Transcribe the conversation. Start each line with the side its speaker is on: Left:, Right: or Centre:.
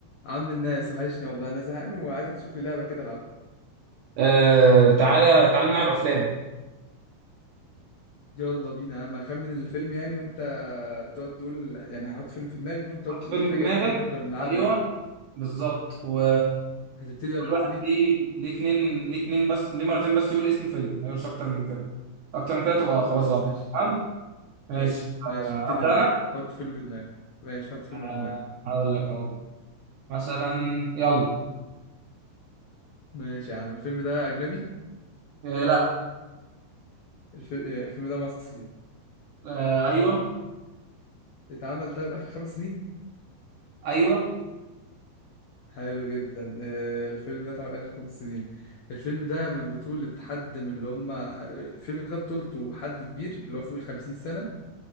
Left: عم الناس وحشني والله انا زهقان وعايزك تشوف لي لعبه كده العبها
Right: آه تعالى تعالى نلعب افلام
Left: يلا بينا يا عم اخمن الفيلم يعني وانت تقعد تقول يعني هحط فيلم في دماغي وانت تقعد
Right: حط
Left: تقول
Right: فيلم
Left: حاجات
Right: في دماغك
Left: اللي احنا كنا بنلعبها
Right: ايوه
Left: دي
Right: بالظبط و
Left: هتبتدي ولا
Right: كل
Left: ابتدي
Right: واحد ليه ليه اتنين ليه اتنين بس ليه مرتين بس يقول اسم فيلم ما يقولش اكتر من كده اكتر من كده تبقى خلاص
Left: خلاص
Right: غلط
Left: ماشي
Right: تمام ماشي
Left: ماشي ماشي
Right: آه،
Left: ابتدي
Right: ابدا
Left: انت
Right: انا
Left: حط فيلم في دماغك ماشي حط فيلم
Right: آه،
Left: في دماغك
Right: هقول لك اهو مثلا يلا
Left: ماشي يا عم الفيلم ده اجنبي
Right: آه، لا
Left: الف- آه، الفيلم ده مصري
Right: آه، ايوه
Left: اتعمل طيب اخر خمس سنين
Right: ايوه
Left: حلو جدا آه، الفيلم ده اتعمل اخر خمس سنين الفيلم ده من بطولة حد من اللي هم آه، الفيلم ده بطولته حد كبير اللي هو فوق الخمسين سنة